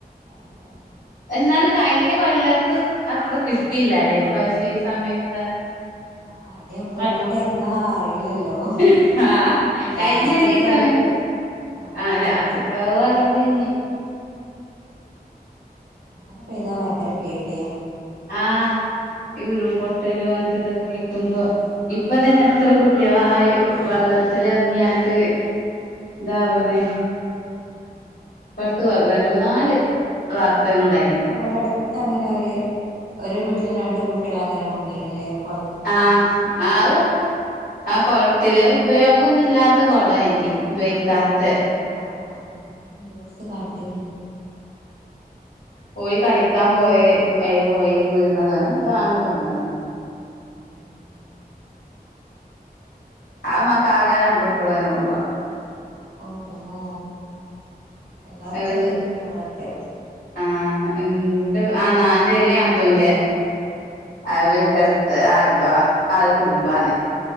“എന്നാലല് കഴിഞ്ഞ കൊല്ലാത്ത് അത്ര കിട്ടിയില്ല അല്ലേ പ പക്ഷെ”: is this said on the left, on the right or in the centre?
Left